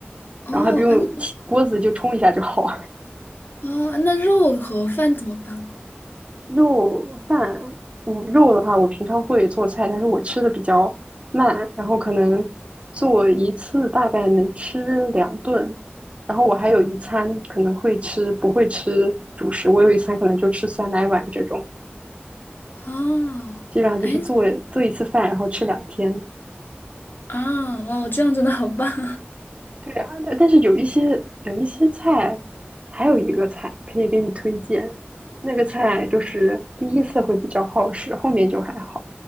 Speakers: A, on the left; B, on the right.
A: 哦，
B: 然后还不用起锅子就冲一下就好。
A: 哎，那哦，那肉和饭怎么办哦？
B: 肉饭，我肉的话，我平常会做菜，但是我吃的比较慢，然后可能做一次大概能吃两顿，然后我还有一餐可能会吃，不会吃主食，我有一餐可能就吃酸奶碗这种，
A: 哦，
B: 基本上就是做做一次饭，
A: 哎，
B: 然后吃两天。
A: 啊，哇，我这样真的好棒啊！
B: 对啊，但但是有一些有一些菜，还有一个菜可以给你推荐，那个菜就是第一次会比较耗时，后面就还好，